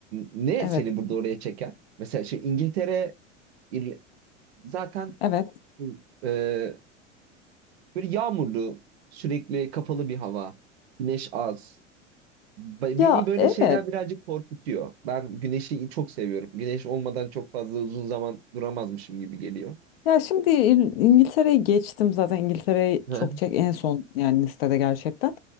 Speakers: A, on the right; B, on the left.
A: Ne
B: Evet,
A: seni burada oraya çeker? Mesela şimdi İngiltere İrl- zaten
B: evet.
A: e, böyle yağmurlu, sürekli kapalı bir hava, güneş az. Be-
B: Ya
A: Beni böyle
B: evet.
A: şeyler birazcık korkutuyor. Ben güneşi çok seviyorum. Güneş olmadan çok fazla uzun zaman duramazmışım gibi geliyor.
B: Ya şimdi İl- İngiltere'yi geçtim zaten İngiltere'yi
A: <laughs>
B: çok çek en son yani listede gerçekten.